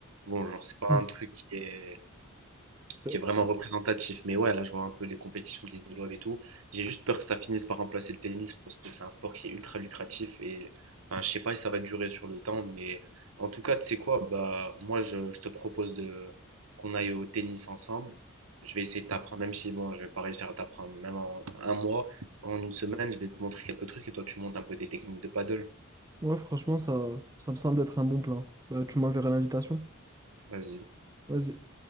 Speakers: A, on the right; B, on the right.
A: Bon, genre, c'est pas
B: Mm.
A: un truc qui est
B: Ça-
A: qui est vraiment représentatif. Mais ouais, là, je vois un peu les compétitions qui se développent et tout. J'ai juste peur que ça finisse par remplacer le tennis parce que c'est un sport qui est ultra lucratif et enfin, je sais pas si ça va durer sur le temps, mais en tout cas, tu sais quoi, bah moi je, je te propose de qu'on aille au tennis ensemble. Je vais essayer de t'apprendre, même si bon, je vais pas réussir à t'apprendre, même en un mois, en une semaine, je vais te montrer quelques trucs et toi tu montes un peu tes techniques de paddle.
B: Ouais, franchement, ça, ça me semble être un bon plan. Bah, tu m'enverras l'invitation.
A: Vas-y.
B: Vas-y.